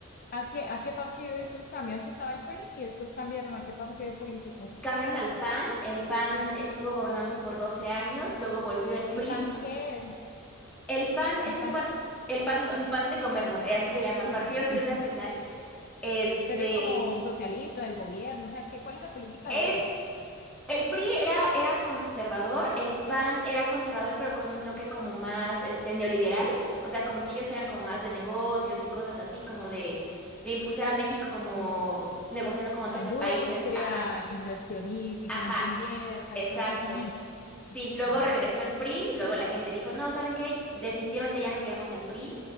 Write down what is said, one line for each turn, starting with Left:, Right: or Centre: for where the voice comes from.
Left: ¿A qué, a qué partido hizo el cambio? Antes estaba el PRI y después cambiaron a qué partido político.
Centre: Cambiaron al PAN, el PAN estuvo gobernando por 12 años, luego volvió el PRI
Left: ¿El PAN
Centre: por...
Left: qué es?
Centre: El PAN es
Left: El
Centre: un
Left: PAN,
Centre: par- el PAN, no, no, PAN de comer, no, eh, así se llama,
Left: <laughs>
Centre: Partido Acción Nacional. Este
Left: pero es como socialista, el gobierno, o sea, ¿qué, cuál es la política
Centre: es
Left: de ellos?
Centre: el PRI era, era conservador, el PAN era conservador, pero con un toque como más este neoliberal. O sea, como que ellos eran como más de negocios y cosas así, como de, de impulsar a México como negociando con otros
Left: la industria,
Centre: países. Ajá,
Left: inversionista,
Centre: ajá,
Left: y que la gente invierta
Centre: exacto.
Left: y todo crecimiento.
Centre: Sí, luego
Left: Ajá,
Centre: regresó
Left: ok.
Centre: el PRI, luego la gente dijo, no, ¿saben qué? Definitivamente ya no queremos al PRI.